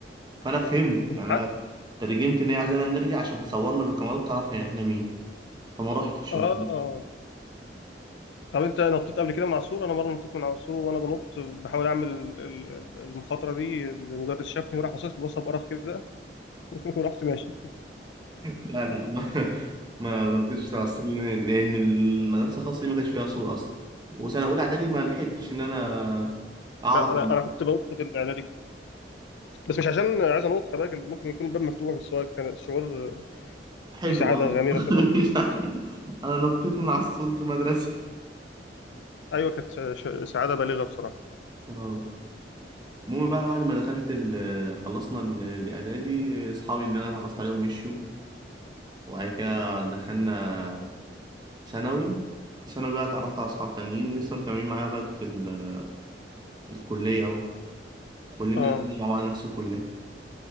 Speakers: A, on the right; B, on the left.
A: فأنا فهمت
B: امتحان؟
A: يعني أنا ترجمت إن هي عايزانا نرجع عشان تصورنا بالكاميرات تعرف إحنا مين فما رحتش
B: اه
A: قلت لهم
B: طب انت نطيت قبل كده من على السور انا مره نطيت من على السور وانا بنط بحاول اعمل ال- ال- المخاطره دي المدرس شافني وراح باصص لي بصه بقرف كده <laughs> ورحت ماشي
A: لا لا ما <laughs> ما نطيتش على الصورة لأن لأن المدرسة الخاصة دي ما كانش فيها صورة أصلا وسنة أولى إعدادي ما لحقتش إن أنا أعرف
B: لا انا انا كنت بنط في الاعدادي بس مش عشان عايز انط خلي بالك ممكن يكون الباب مفتوح بس هو كان الشعور
A: حلو
B: فيه سعاده
A: اه
B: غامره كده
A: <laughs>
B: وانت بتنط.
A: مش عارف. انا نطيت من على السور في المدرسه
B: ايوه كانت ش- سعاده بالغه بصراحه
A: اه المهم بقى بعد ما دخلت ال خلصنا ال- الاعدادي اصحابي اللي انا اتعرفت عليهم مشيوا وبعد كده دخلنا ثانوي في ثانوي بقى اتعرفت على اصحاب تانيين لسه مكملين معايا لغايه ال- الكليه اهو كلنا
B: اه
A: داخلين مع بعض نفس الكليه